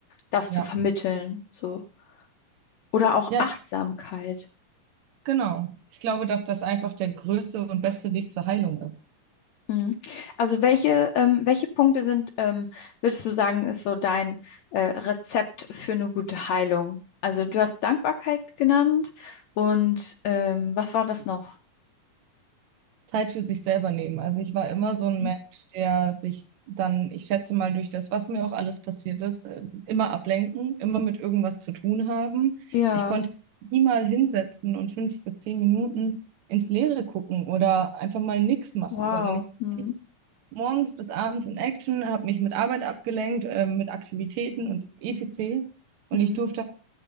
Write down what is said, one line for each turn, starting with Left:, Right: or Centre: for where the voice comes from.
Left: das
Right: ja,
Left: zu vermitteln, so. Oder auch
Right: ja,
Left: Achtsamkeit.
Right: genau. Ich glaube, dass das einfach der größte und beste Weg zur Heilung ist.
Left: Mhm. Also welche, ähm, welche Punkte sind, ähm, würdest du sagen, ist so dein äh, Rezept für eine gute Heilung? Also du hast Dankbarkeit genannt und ähm, was war das noch?
Right: Zeit für sich selber nehmen. Also ich war immer
Left: Mhm.
Right: so ein Mensch, der sich dann, ich schätze mal, durch das, was mir auch alles passiert ist, äh, immer ablenken, immer mit irgendwas zu tun haben.
Left: Ja,
Right: Ich konnte nie mal hinsetzen und fünf bis zehn Minuten ins Leere gucken oder einfach mal nichts machen,
Left: wow.
Right: sondern ich
Left: Hm.
Right: war morgens bis abends in Action, habe mich mit Arbeit abgelenkt, äh, mit Aktivitäten und etc. Und
Left: Hm.
Right: ich durfte